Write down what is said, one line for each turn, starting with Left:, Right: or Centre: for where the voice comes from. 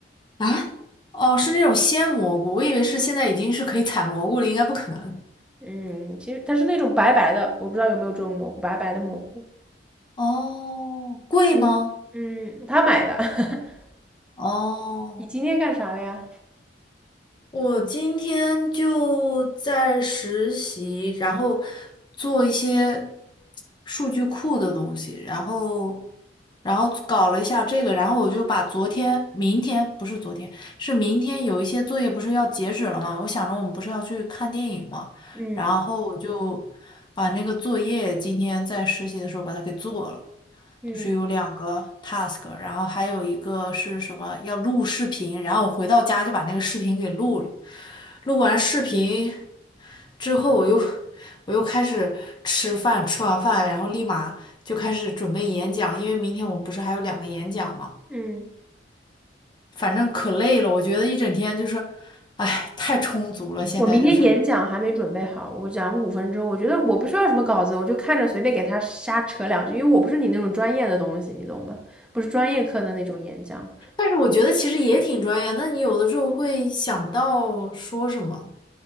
Left: 啊！哦，是那种鲜蘑菇，我以为是现在已经是可以采蘑菇了，应该不可能。
Centre: 嗯，其实它是那种白白的，我不知道有没有这种蘑菇，白白的蘑菇。
Left: 哦，贵吗？
Centre: 嗯嗯，他买的。<laughs>
Left: 哦。
Centre: 你今天干啥了呀？
Left: 我今天就在实习，然后做一些数据库的东西，然后然后搞了一下这个，然后我就把昨天、明天不是昨天，是明天有一些作业不是要截止了吗？我想着我们不是要去看电影吗？
Centre: 嗯
Left: 然后我就把那个作业今天在实习的时候把它给做了。
Centre: 嗯
Left: 就是有两个 task，然后还有一个是什么要录视频，然后我回到家就把那个视频给录了。录完视频之后，我又我又开始吃饭，吃完饭，然后立马就开始准备演讲，因为明天我们不是还有两个演讲嘛。
Centre: 嗯，
Left: 反正可累了，我觉得一整天就是，哎，太充足了。现在就是，
Centre: 我明天演讲还没准备好，我讲五分钟，我觉得我不需要什么稿子，我就看着随便给他瞎扯两句，因为我不是你那种专业的东西，你懂吗？不是专业课的那种演讲。
Left: 但是我觉得其实也挺专业。那你有的时候会想不到说什么，